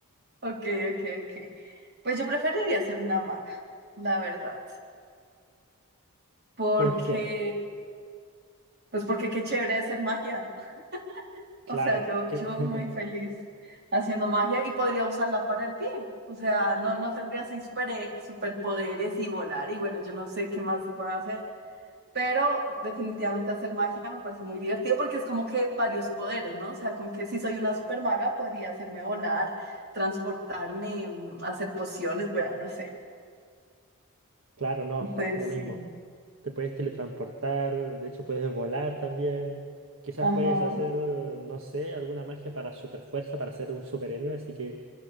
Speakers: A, on the right (about 50°); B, on the right (about 65°).
A: Ok, ok, ok. Pues yo preferiría ser una maga, la verdad, porque,
B: ¿Por qué?
A: pues porque qué chévere hacer magia. <laughs>
B: Claro,
A: O sea, yo,
B: que...
A: yo
B: <laughs>
A: muy feliz haciendo magia y podría usarla para el bien. O sea, no, no tendría así super, eh, superpoderes y volar y bueno, yo no sé qué más se puede hacer. Pero definitivamente hacer magia me parece muy divertido porque es como que varios poderes, ¿no? O sea, como que si soy una super maga podría hacerme volar, transportarme, mm, hacer pociones, bueno, no sé.
B: claro, no,
A: Pues
B: no mismo.
A: sí.
B: Te puedes teletransportar, de hecho puedes volar también. Quizás
A: Ajá,
B: puedes hacer, no sé, alguna magia para superfuerza, para ser un superhéroe. Así que